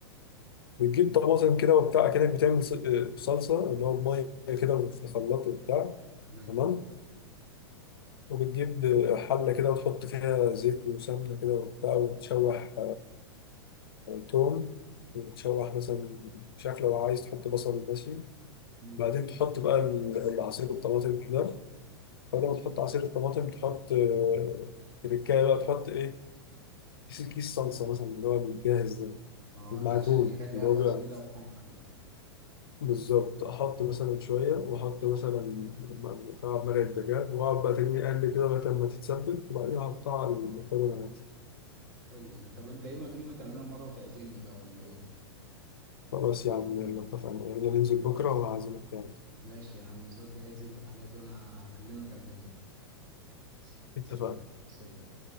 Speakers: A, on the left (about 60°); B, on the right (about 50°).
A: بتجيب طماطم كده وبتاع كده بتعمل ص- صلصه اللي هو بميه كده في الخلاط وبتاع
B: تمام
A: تمام وبتجيب حلة كده وتحط فيها زيت وسمنة كده وبتاع وتشوح توم وتشوح مثلا مش عارف لو عايز تحط بصل ماشي
B: مم.
A: بعدين تحط بقى ال- العصير الطماطم ده بعد ما تحط عصير الطماطم تحط آه، تركاية بقى تحط ايه كيس كيس صلصة مثلا اللي هو الجاهز ده
B: اه
A: المعجون
B: ده عشان يخليها
A: اللي هو
B: بقى
A: بقى
B: تقيلة وحمرا كده
A: بالظبط أحط
B: مم.
A: مثلا شوية وأحط مثلا مكعب مرق الدجاج وأقعد بقى تاني أقلب كده لغاية ما تتسبك وبعدين أحطها على المكرونة
B: حلو ده طب انت ايه ما تيجي ما تعملها مرة وتعزمني بقى ولا ايه
A: خلاص يا عم يلا اتفقنا يلا ننزل
B: خلاص
A: بكرة وهعزمك يعني
B: ماشي يا عم ظبط جاهز انت الحاجات وانا هكلمك قبل ما اجي. س-
A: اتفقنا
B: سلام سلام